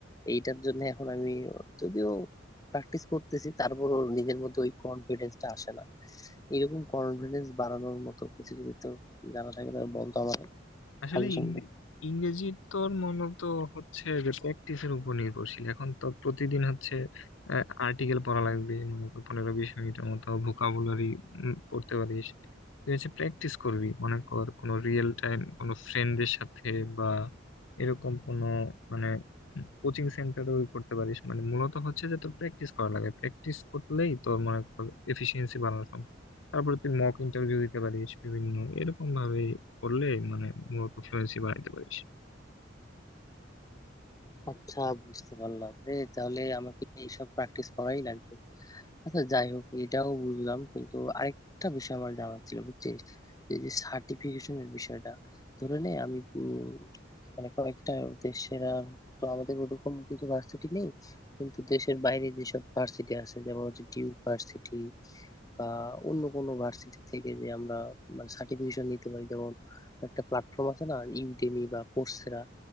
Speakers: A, on the left; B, on the left.
A: এইটার জন্য এখন আমি যদিও প্র্যাকটিস করতেছি তারপরও নিজের মধ্যে ওই কনফিডেন্সটা আসে না এরকম কনফিডেন্স বাড়ানোর মতো কিছু যদি তো জানা থাকলে বলতো আমাকে
B: আসলে
A: সাজেশন
B: ইং-
A: দে
B: ইংরেজি তোর মূলত হচ্ছে যে প্র্যাকটিসের উপর নির্ভরশীল এখন তো প্রতিদিন হচ্ছে আর্টিকেল পড়া লাগবে মনে কর পনেরো বিশ মিনিটের মতো ভোকাবুলারি পড়তে পারিস তুই হচ্ছে প্র্যাকটিস করবি মনে কর কোনো রিয়েল টাইম কোনো ফ্রেন্ডের সাথে বা এরকম কোনো মানে কোচিং সেন্টারেও করতে পারিস মানে মূলত হচ্ছে যে তোর প্র্যাকটিস করা লাগে প্র্যাকটিস করলেই তোর মনে কর এফিসিয়েন্সি বাড়ানো সম্ভব তারপরে তুই মক ইন্টারভিউ দিতে পারিস বিভিন্ন এরকম ভাবে করলে মানে মূলত ফ্লুয়েন্সি বানাইতে পারিস
A: আচ্ছা বুঝতে পারলাম রে তাহলে আমাকে এইসব প্র্যাকটিস করাই লাগবে আচ্ছা যাই হোক এটাও বুঝলাম কিন্তু আরেকটা বিষয় আমার জানার ছিল বুঝছিস এই যে সার্টিফিকেশনের বিষয়টা ধরে নে আমি উম, মানে কয়েকটা দেশের আর তো আমাদের ওরকম কিছু ভার্সিটি নেই কিন্তু দেশের বাইরে যেসব ভার্সিটি আছে যেমন হচ্ছে ডিউক ভার্সিটি বা অন্য কোনো ভার্সিটি থেকে যে আমরা মানে সার্টিফিকেশন নিতে পারি যেমন একটা প্ল্যাটফর্ম আছে না ইউডেমি বা কোর্সেরা